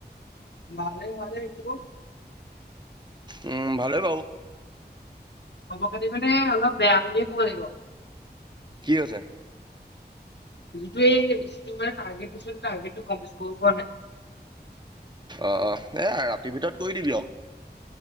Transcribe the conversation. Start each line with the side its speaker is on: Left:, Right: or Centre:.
Left: মানে, মানে এইটো
Right: উম, ভালেই বাও।
Left: খবৰ খাতি মানে, অলপ বেয়া বুলিয়ে ক'ব লাগিব।
Right: কি হৈছে?
Left: যিটোয়েই যিটো মানে টাৰ্গেট দিছিল, টাৰ্গেটটো কমপ্লিট কৰিব পৰা নাই।
Right: অ', অ', এ ৰাতিৰ ভিতৰত কৰি দিবি আও।